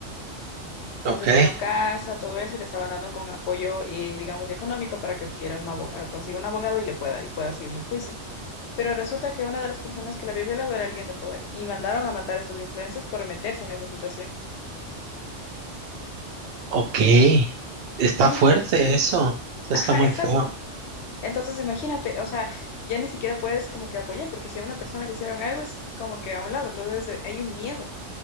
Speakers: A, on the left; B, on the right.
A: Entonces,
B: Ok,
A: les dieron casa, todo eso, y le estaban dando con apoyo, eh, digamos, y económico para que adquiera un abo- consiga un abogado y le pueda, y pueda seguirle el juicio. Pero resulta que una de las personas que la había violado era alguien de poder y mandaron a matar a estos influencers por meterse en esa situación.
B: ok. Está
A: Ujú.
B: fuerte eso. Está
A: Ajá,
B: muy
A: exacto.
B: feo.
A: Entonces imagínate, o sea, ya ni siquiera puedes como que apoyar, porque si a una persona le hicieron algo es como que a un lado, entonces eh, hay un miedo.